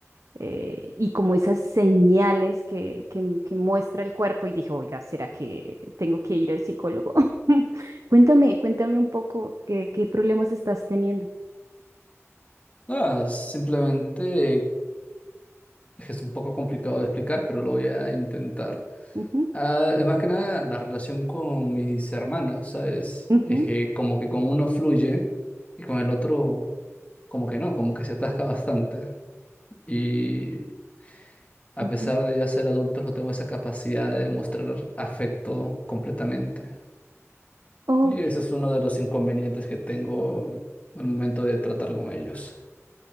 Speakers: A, on the right; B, on the left.
A: eh, y como esas señales que, que, que muestra el cuerpo y dije, oiga, ¿será que tengo que ir al psicólogo? <laughs> Cuéntame, cuéntame un poco qué, qué problemas estás teniendo.
B: Ah, simplemente es que es un poco complicado de explicar, pero lo voy a intentar.
A: Ujú,
B: Ah, es más que nada la relación con mis hermanos, ¿sabes?
A: ujú,
B: Es que como que con uno fluye y con el otro como que no, como que se atasca bastante. Y A
A: ujú.
B: pesar de ya ser adultos, no tengo esa capacidad de mostrar afecto completamente.
A: Ok,
B: Y ese es uno de los inconvenientes que tengo al momento de tratar con ellos.